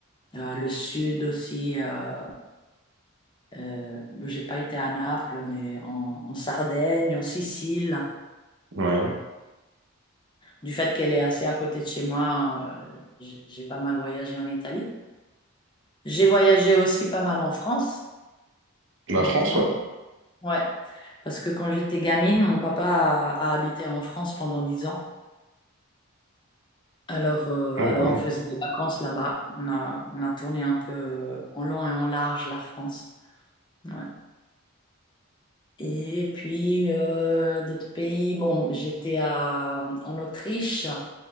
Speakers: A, on the left; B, on the right.
A: euh, le sud aussi. Euh, euh, j'ai pas été à Naples, mais en, en Sardaigne, en Sicile.
B: ouais.
A: Du fait qu'elle est assez à côté de chez moi, euh, j'ai j'ai pas mal voyagé en Italie. J'ai voyagé aussi pas mal en France,
B: La
A: honnêtement.
B: France, ouais.
A: Ouais, parce que quand j'étais gamine, mon papa a, a habité en France pendant 10 ans. Alors, euh,
B: Ah
A: alors,
B: oui, quand même.
A: on faisait des vacances là-bas. On a, on a tourné un peu en long et en large la France. Ouais. Et puis, euh, d'autres pays. Bon, j'étais à, en Autriche,